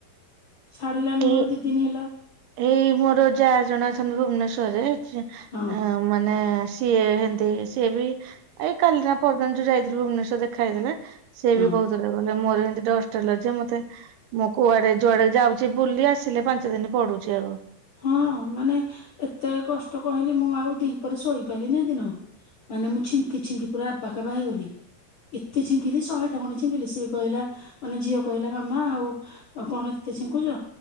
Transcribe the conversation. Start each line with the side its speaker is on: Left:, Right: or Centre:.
Left: ଛାଡିଲାାନି
Right: ଏଇ
Left: ମୋର ଦି ଦିନି ହେଲା।
Right: ଏଇ ମୋର ଯାଆ ଜଣେ ଅଛନ୍ତି ଭୁବନେଶ୍ଵରରେ
Left: ହଁ
Right: ମାନେ ସିଏ ହେମତି ସିଏ ବି ଏଇ କାଲିନା ପଦିନ ଯୋଉ ଯାଇଥିଲ ଭୁବନେଶ୍ଵର ଦେଖା ହେଇଥିଲା। ସେ
Left: ହଁ
Right: ବି କହୁଥିଲେ ଗଲେ ମୋର ଏମିତି ଡଷ୍ଟ ହେଲ ଯେ ମତେ ମୋ କୁଆଡେ ଯୁଆଡେ ଯାଉ ସେ ବୁଲି ଆସିଲେ ପାଞ୍ଚ ଦିନ ପଡୁଛି ଆଗ।
Left: ହଁ ମାନେ ଏତେ କଷ୍ଟ କହିଲେ ମୁଁ ଆଉ ଦି ପରେ ଶୋଇ ପାରିଲିିନି ହେ ଦିନ। ମାନେ ମୁଁ ଛିଙ୍କି ଛିଙ୍କି ପୁରା ଆବା କାବା ହେଇଗଲି। ଏତେ ଛିଙ୍କିଲି ଶହେ ଟା ଖଣ୍ଡେ ଛିଙ୍କିଲି ସେ କହିଲା ମାନେ ଝିଅ କହିଲା ମାମା ଆଉ ଆଉ କଣ ଏତେ ଛିଙ୍କୁଛ